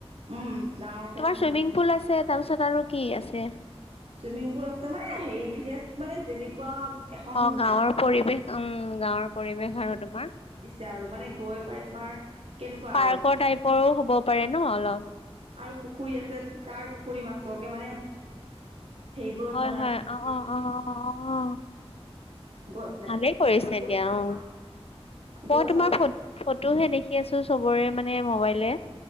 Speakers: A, on the right; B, on the left.
A: উম ডাঙৰ খেলি
B: তোমাৰ
A: তিনি
B: চুইমিং পুল আছে তাৰপিছত আৰু কি আছে
A: চুইমিং পুল আছে মানে হে ভিলেজ মানে যেনেকুৱা এখন
B: অ গাঁৱৰ
A: গাঁৱত
B: পৰিৱেশ উম গাঁৱৰ পৰিৱেশ আৰু তোমাৰ
A: দিছে আৰু মানে গৈ পাই তোমাৰ কেনেকুৱা
B: পাৰ্কৰ
A: আৰু
B: টাইপৰো হ'ব পাৰে ন অলপ
A: আৰু পুখুৰী আছে তাৰ পুখুৰী মাছকে মানে সেইবোৰক
B: হয়
A: বনাই
B: হয় অ অ অ অ অ
A: গৰ পেলাই
B: ভালেই কৰিছে
A: <unintelligible>
B: দিয়া অ মই
A: গৈ
B: তোমাৰ
A: চাব
B: ফটোহে দেখি আছো চবৰে মানে মবাইলে